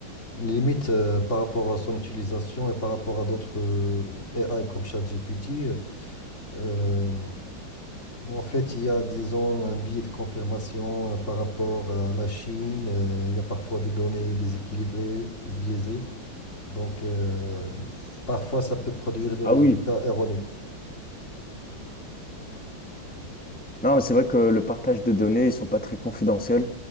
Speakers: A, on the left; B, in the centre.
A: limites euh, par rapport à son utilisation et par rapport à d'autres euh, AI comme ChatGPT. Euh, en fait, il y a, disons, un biais de confirmation euh, par rapport à la Chine. euh, il y a parfois des données déséquilibrées ou biaisées. Donc, euh, parfois, ça peut produire des
B: Ah
A: résultats
B: oui.
A: erronés.
B: Non, mais c'est vrai que le partage de données, ils sont pas très confidentiels.